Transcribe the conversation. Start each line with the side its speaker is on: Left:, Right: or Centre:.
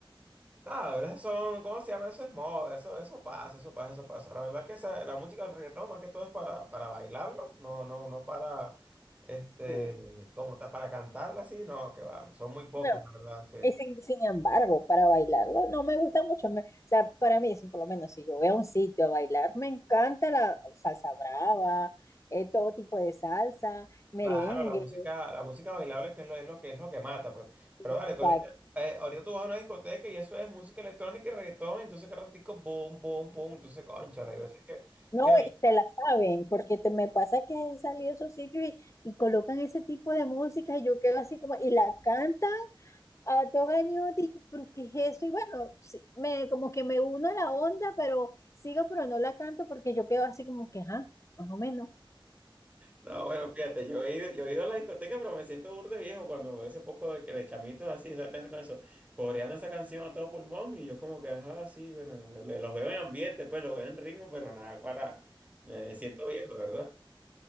Right: Ah, pero son, ¿cómo se llama? Eso es moda, eso, eso pasa, eso pasa, eso pasa. La verdad que esa- la música del reggaetón más que todo es para, para bailarlo, no, no, no para, este,
Left: Sí.
Right: como tal, para cantarla así, no, que va, son muy pocas,
Left: No,
Right: la verdad, que,
Left: y
Right: que-
Left: sin, sin embargo, para bailarlo no me gusta mucho. me- o sea, para mí, si por lo menos si yo voy a un sitio a bailar, me encanta la salsa brava, eh, todo tipo de salsa, merengue,
Right: claro, la música, la música bailable que es lo, es lo que es lo que mata, pues.
Left: exacto.
Right: Pero vale, tú ahorita, eh, ahorita tú vas a una discoteca y eso es música electrónica y reggaetón, entonces cada ratico, boom, boom, boom, entonces, concha, yo sé que,
Left: No,
Right: mira,
Left: y te la saben, porque te me pasa que he salido a esos sitios y, y colocan ese tipo de música y yo quedo así como, y la cantan A dos años es eso y bueno, sí, me, como que me uno a la onda, pero sigo, pero no la canto porque yo quedo así como que, ajá, más o menos.
Right: No, bueno, fíjate, yo he ido, yo he ido a la discoteca, pero me siento burde viejo cuando veo ese poco de, que de chamitos así, exactamente con eso, coreando esa canción a todo pulmón, y yo como que, ajá, sí, bueno, me- me- los veo en ambiente, pues los veo en ritmo, pero nada, para, me, me siento viejo, ¿verdad?